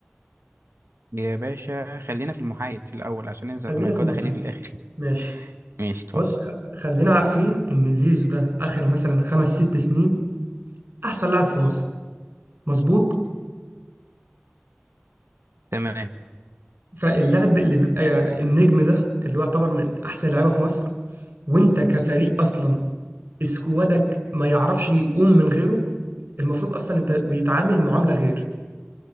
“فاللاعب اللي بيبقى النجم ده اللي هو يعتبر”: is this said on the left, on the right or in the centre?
Right